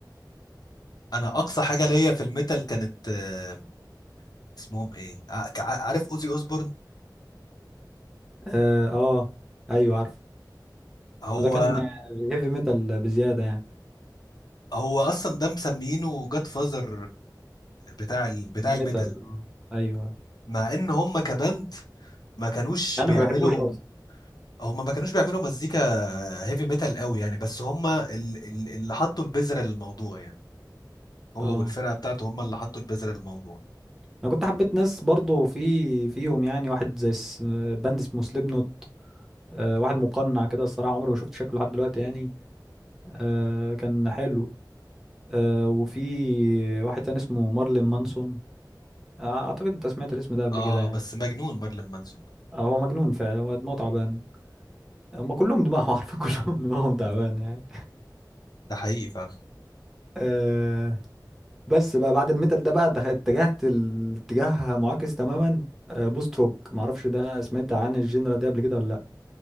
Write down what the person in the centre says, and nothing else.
اه آه، ايوه عارف
وده كان هيفي ميتال بزياده يعني
ميتال آه، ايوه
انا
ما بحبوش اصلا
اه
انا كنت حبيت ناس برضو في فيهم يعني واحد زي اس- باند اسمه سليب نوت آه واحد مقنع كده الصراحه عمري ما شفت شكله لحد دلوقتي يعني آه كان حلو آه وفي واحد تاني اسمه مارلين مانسون آه اعتقد انت سمعت الاسم ده قبل
كده يعني
آه هو مجنون فعلا هو دماغه تعبان هم كلهم دماغهم <laughs> عارفين كلهم دماغهم تعبان يعني
آه، بس بقى بعد الميتال ده بقى دخلت اتجهت الاتجاه معاكس تماما آه، بوست روك معرفش ده سمعت عن الجينرا دي قبل كده ولا لا